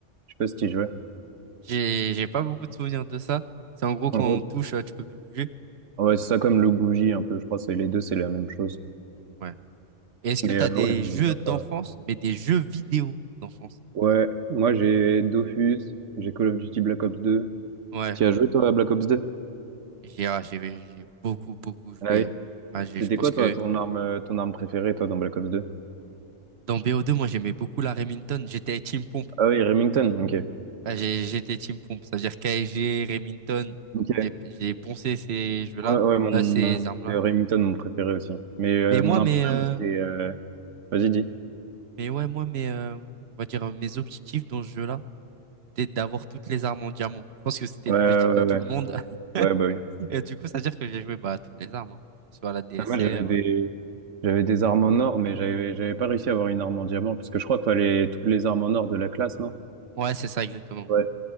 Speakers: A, on the right; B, on the right.
A: Je sais pas si tu y jouais.
B: J'ai, j'ai pas beaucoup de souvenirs de ça. C'est en gros quand
A: En gros,
B: on touche, euh, tu peux plus bouger.
A: ouais, c'est ça comme le bougie un peu, je crois, c'est les deux, c'est la même chose.
B: Ouais. Et est-ce
A: Mais
B: que t'as
A: euh, ouais,
B: des
A: je voulais
B: jeux
A: bien
B: d'enfance,
A: pas.
B: mais des jeux vidéo d'enfance?
A: Ouais, moi j'ai Dofus, j'ai Call of Duty Black Ops deux
B: Ouais.
A: Tu as joué toi à Black Ops 2?
B: J'ai, ah, j'ai, j'ai beaucoup, beaucoup joué.
A: Ah oui.
B: hein. Ah, j'ai-
A: C'était
B: je pense
A: quoi
B: que
A: toi ton arme euh, ton arme préférée toi dans Black Ops 2?
B: dans BO2, moi j'aimais beaucoup la Remington. J'étais Team Pompe.
A: Ah oui, Remington, ok.
B: Ah, j'ai- J'étais team pompe, c'est-à-dire KSG, Remington,
A: Ok.
B: j'ai j'ai poncé ces jeux-là,
A: Ouais, ouais, mon
B: euh, ces armes-là.
A: c'est Remington mon préféré aussi. Mais euh,
B: Mais moi,
A: mon arme
B: mais,
A: préférée,
B: euh,
A: moi, c'était euh, Vas-y, dis.
B: mais ouais, moi, mais, euh, on va dire, euh, mes objectifs dans ce jeu-là, c'était d'avoir toutes les armes en diamant. Je pense que c'était
A: Ouais,
B: l'objectif de
A: ouais,
B: tout
A: ouais.
B: le monde. <laughs>
A: Ouais, bah oui.
B: Et du coup, ça veut dire que j'ai joué bah, à toutes les armes, hein. Que ce soit la DSR.
A: Ah, Moi j'avais
B: euh.
A: des j'avais des armes en or, mais j'avais j'avais pas réussi à avoir une arme en diamant, parce que je crois qu'il fallait toutes les armes en or de la classe, non?
B: Ouais, c'est ça, exactement.
A: Ouais.